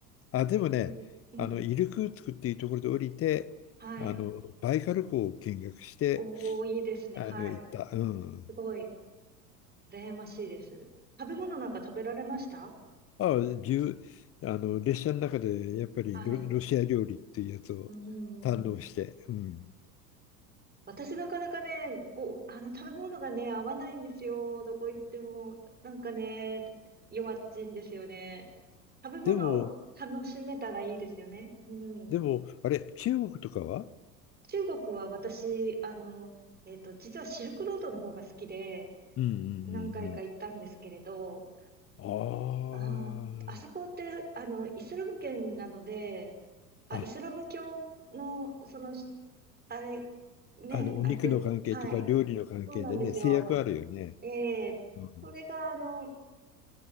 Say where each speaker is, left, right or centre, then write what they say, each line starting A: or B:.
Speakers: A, on the left (about 30°); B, on the right (about 20°).
A: あ、
B: ええ、
A: でもね、
B: うん。
A: あの、イルクーツクっていうところで降りて、
B: はい。
A: あの、バイカル湖を見学して、
B: おお、いいですね。
A: あの、
B: はい。
A: 行った。うん。
B: すごい、羨ましいです。食べ物なんか食べられました
A: あ、じゅう、あの、列車の中でやっぱりロ、
B: はい。
A: ロシア料理っていうやつを
B: うー
A: 堪能して。
B: ん。
A: うん。
B: 私なかなかね、お、あの、食べ物がね、合わないんですよ。どこ行っても。なんかね、弱っちいんですよね。食べ物を楽しめたらいいですよね。
A: でも、
B: うん。
A: でも、あれ、中国とかは
B: 中国は私、あの、えっと、実はシルクロードの方が好きで、
A: うんうん
B: 何回か行ったんですけれど、
A: うんうん
B: あー、あそこって、あの、イスラム圏なので、あ、
A: ああ、あ、
B: イスラム教の、その、しあれ、ね、
A: あの、お肉の関係とか料理の関係でね、
B: あれで、はい。そうなんですよ。
A: 制約あるよね。
B: ええそれが、
A: うん、
B: あの、